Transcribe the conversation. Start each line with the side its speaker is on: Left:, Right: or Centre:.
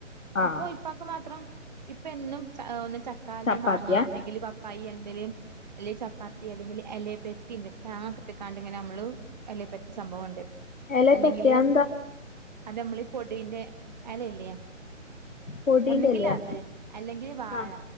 Right: അപ്പൊ
Left: ആഹ്
Right: ഇപ്പാക്ക് മാത്രം ഇപ്പാ എന്നും <unintelligible> ചക്ക അല്ലെങ്കിൽ
Left: ചപ്പാത്തിയാ
Right: മാങ്ങ അല്ലെങ്കില് പപ്പായി എന്തേലും അല്ലെ ചപ്പാത്തി അല്ലെങ്കില് എലയ തിന്നും <unintelligible> കിട്ടിക്കാണ്ടിങ്ങനെ നമ്മള് എലയിൽ പെ സംഭവവൊണ്ട്
Left: എല
Right: അല്ലെങ്കില്
Left: പത്തിയാ എന്താ
Right: അത് നമ്മളീ പൊടിന്റെ എലയില്ലേ
Left: പൊടീന്റെ
Right: ഒന്നെങ്കിലത്
Left: എലയാ
Right: അല്ലെങ്കി വാഴ
Left: ആഹ്